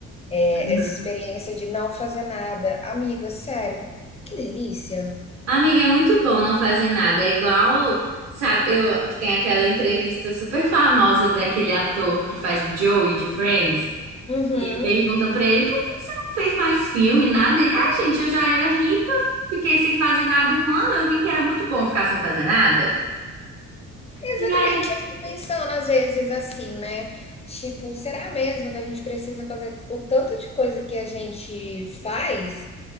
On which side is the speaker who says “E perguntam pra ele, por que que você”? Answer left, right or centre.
Right